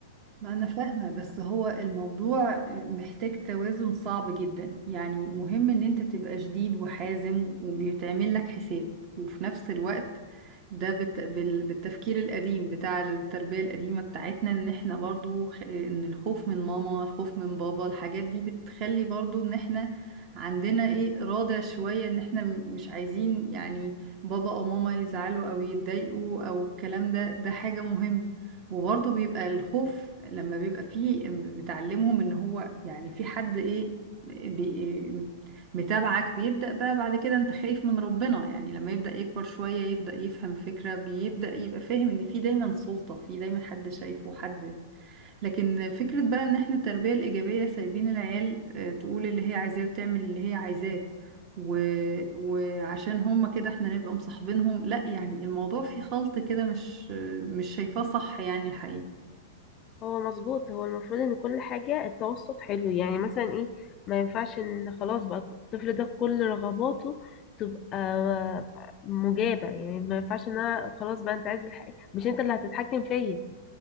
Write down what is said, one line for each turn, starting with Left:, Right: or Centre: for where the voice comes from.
Right: ما أنا فاهمة بس هو الموضوع محتاج توازن صعب جدا يعني مهم إن أنت تبقى شديد وحازم وبيتعمل لك حساب وفي نفس الوقت ده بت... بال... بالتفكير القديم بتاع التربية القديمة بتاعتنا إن إحنا برضو خ... إن الخوف من ماما الخوف من بابا الحاجات دي بتخلي برضو إن إحنا عندنا إيه رادع شوية إن إحنا م- مش عايزين يعني بابا أو ماما يزعلوا أو يتضايقوا أو الكلام ده ده حاجة مهمة وبرضه بيبقى الخوف لما بيبقى فيه بتعلمهم ان هو يعني في حد ايه بي متابعك بيبدأ بقى بعد كده انت خايف من ربنا يعني لما يبدأ يكبر شوية يبدأ يفهم فكرة بيبدأ يبقى فاهم ان في دايما سلطة في دايما حد شايفه حد لكن فكرة بقى ان احنا التربية الإيجابية سايبين العيال آه، تقول اللي هي عايزاه وتعمل اللي هي عايزاه و... وعشان هما كده احنا نبقى مصاحبينهم لا يعني الموضوع فيه خلط كده مش آه، مش شايفاه صح يعني الحقيقة
Left: هو مظبوط هو المفروض ان كل حاجة التوسط حلو يعني مثلا ايه ما ينفعش ان خلاص بقى الطفل ده كل رغباته تبقى مجابة يعني ما ينفعش ان انا خلاص بقى انت عايز الحاجة مش انت اللي هتتحكم فيا